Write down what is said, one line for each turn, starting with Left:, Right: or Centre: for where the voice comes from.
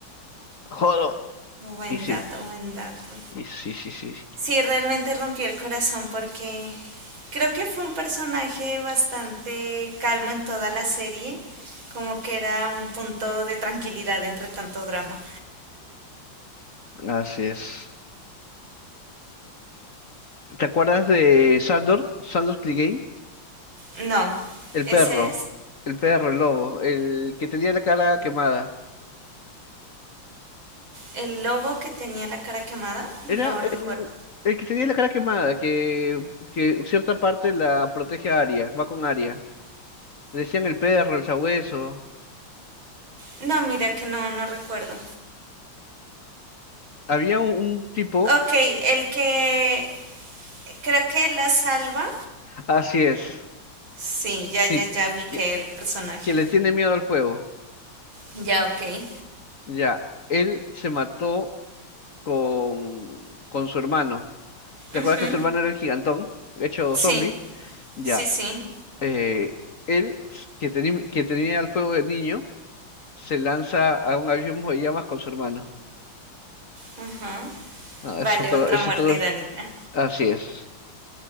Left: Hodor.
Right: Buen
Left: Y sí,
Right: dato, buen dato.
Left: y sí, sí, sí.
Right: Sí, realmente rompió el corazón porque creo que fue un personaje bastante calmo en toda la serie, como que era un punto de tranquilidad entre tanto drama.
Left: Así es. ¿Te acuerdas de Sandor? Sandor Clegane.
Right: No,
Left: El
Right: ese
Left: perro,
Right: es
Left: el perro, el lobo, el que tenía la cara quemada.
Right: el lobo que tenía la cara quemada, no
Left: Era
Right: recuerdo.
Left: el, el que tenía la cara quemada, que, que cierta parte la protege a Arya, va con Arya. Le decían el perro, el sabueso.
Right: No, mira que no, no recuerdo.
Left: Había un, un tipo,
Right: Ok, el que creo que la salva.
Left: así es,
Right: Sí, ya,
Left: sí,
Right: ya, ya ubiqué
Left: que,
Right: el personaje.
Left: que le tiene miedo al fuego.
Right: Ya, ok.
Left: Ya, él se mató con, con su hermano. ¿Te
Right: Ujú,
Left: acuerdas que su hermano era el gigantón, hecho
Right: Sí,
Left: zombie? Ya,
Right: sí, sí.
Left: eh, él, s- que, teni- que tenía el fuego de niño, se lanza a un abismo de llamas con su hermano.
Right: Ajá.
Left: Ah,
Right: Vale,
Left: es otro,
Right: otra
Left: es
Right: muerte
Left: otro.
Right: irónica.
Left: Así es,